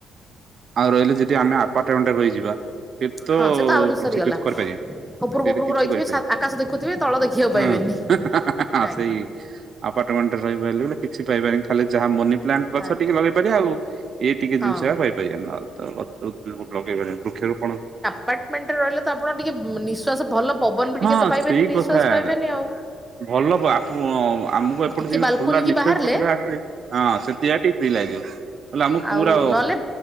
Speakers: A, on the right (about 55°); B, in the centre.
A: ଆଉ ରହିଲେ ଯଦି ଆମେ ଆପାର୍ଟମେଣ୍ଟରେ ରହିଯିବା। ସେ ତ,
B: ହଁ ସେ ଆହୁରି
A: କିଛି
B: ସରିଗଲା
A: କିଛି କରି ପାରିବା।
B: ଉପରକୁ
A: ସେ
B: ଉପରକୁ
A: ତ କିଛି
B: ରହିଥିବେ
A: କରି ପାରିବା
B: ସା ଆକାଶ ଦେଖୁଥିବେ ତଳ ଦେଖିବାକୁ ପାଇବେନି।
A: ହଁ। ଁଁ <unintelligible> ହଁ
B: ଆଜ୍ଞା
A: ସେଇ, ଆପାର୍ଟମେଣ୍ଟରେ ରହି ପାଇଲେ ବୋଲେ କିଛି ପାଇବାନି, ଖାଲି ଯାହା ମନି ପ୍ଲାଣ୍ଟ ଗଛ
B: ଆଜ୍ଞା
A: ଟିକେ ଲଗେଇ ପାରିବ। ଆଉ,, ଏଇ ଟିକେ
B: ହଁ
A: ଜିନିଷ ପାଇପାରିବା, ନହେଲେ ତ ଲଗେଇ ପରିବା, ବୃକ୍ଷରୁ ରୋପଣ,,,
B: ଆପାର୍ଟମେଣ୍ଟ ରେ ରହିଲେ ତ ଆପଣ ଟିକେ ନିଶ୍ୱାସ, ଭଲ ପବନ ବି
A: ହଁ
B: ଟିକେ ତ ପାଇବେନି,
A: ସେଇ
B: ନିଶ୍ୱାସ
A: କଥା
B: ପାଇବେନି
A: ଏକା
B: ଆଉ।
A: ଭଲ ଆମୁକୁ ଏପଟେ
B: ଟିକେ
A: ଯେମିତି
B: ବାଲକୁନି
A: ଖୋଲା
B: କି
A: ନିଶେଷ
B: ବାହାରିଲେ
A: ଆସେ, ହଁ, ସେ,,, ଦେହ ଟିକେ ଫ୍ରୀ ଲାଗିବ। ହେଲେ ଆମକୁ ପୁରା
B: ଆଉ ନହେଲେ